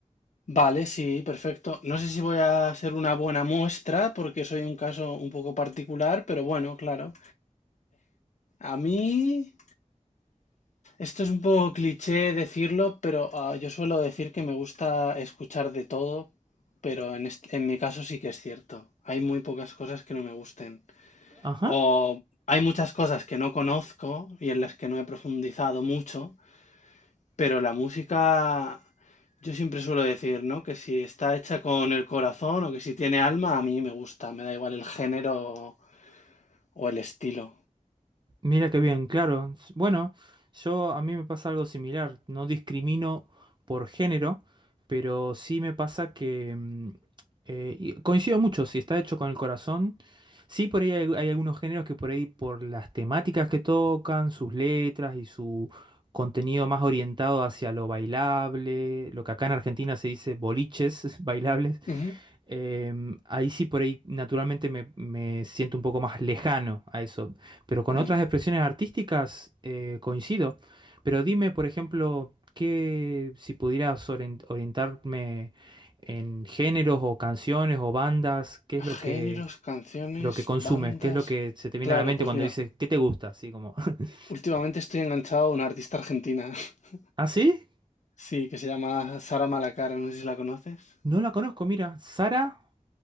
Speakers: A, on the left (about 60°); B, on the right (about 35°).
A: Vale, sí, perfecto. No sé si voy a ser una buena muestra porque soy un caso un poco particular, pero bueno, claro. A mí, esto es un poco cliché decirlo, pero ah, yo suelo decir que me gusta escuchar de todo, pero en, est- en mi caso sí que es cierto. Hay muy pocas cosas que no me gusten.
B: Ajá.
A: O hay muchas cosas que no conozco y en las que no he profundizado mucho, pero la música, yo siempre suelo decir, ¿no? Que si está hecha con el corazón o que si tiene alma, a mí me gusta, me da igual el género o el estilo.
B: Mira qué bien, claro. S- Bueno, yo a mí me pasa algo similar. No discrimino por género, pero sí me pasa que mm, eh, y coincido mucho. Si está hecho con el corazón, sí por ahí hay, hay algunos géneros que por ahí por las temáticas que tocan, sus letras y su contenido más orientado hacia lo bailable, lo que acá en Argentina se dice boliches <laughs> bailables
A: Ujú,
B: Em, ahí sí, por ahí naturalmente me, me siento un poco más lejano a eso, pero con
A: mm.
B: otras expresiones artísticas eh, coincido. Pero dime, por ejemplo, que si pudieras oren- orientarme en géneros o canciones o bandas, ¿qué es lo que,
A: Géneros, canciones,
B: lo que consumes?
A: bandas.
B: ¿Qué es lo que se te viene
A: Claro,
B: a la mente
A: pues
B: cuando
A: mira,
B: dices, ¿qué te gusta? Así como, <laughs>
A: últimamente estoy enganchado a una artista argentina, <laughs>
B: ¿ah, sí?
A: sí, que se llama Sara Malacara, no sé si la conoces.
B: No la conozco, mira, Sara,